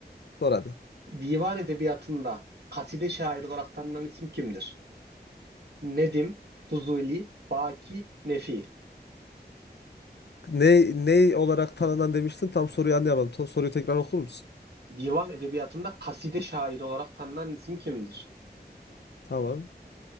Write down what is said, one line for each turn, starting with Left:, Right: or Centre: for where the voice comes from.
Left: Sor hadi.
Right: Divan edebiyatında kaside şair olarak tanınan isim kimdir? Nedim, Fuzuli, Baki, Nefi.
Left: Ne, ne olarak tanınan demiştin? Tam soruyu anlayamadım. To- soruyu tekrar okur musun?
Right: Divan edebiyatında kaside şairi olarak tanınan isim kimdir?
Left: Tamam.